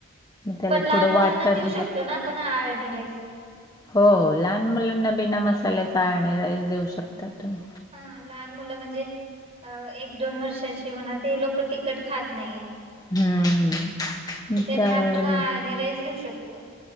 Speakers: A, on the left; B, on the right.
A: मग त्याला
B: पण लहान
A: थोडं
B: मुलांना
A: वाटण
B: देऊ
A: वगैरे
B: शकतो ना आपण आळणी राईस?
A: हो लहान मुलांना बिना मसाल्याचा आळणी राईस देऊ शकता तुम्ही.
B: हा लहान मुलं म्हणजे? अ एक दोन वर्षाचे म्हणा ती लोक तिकट खात नाहीत.
A: हम्म हम्म
B: तर त्यांना
A: तर
B: आपण आळणी राईस देऊ शकतो.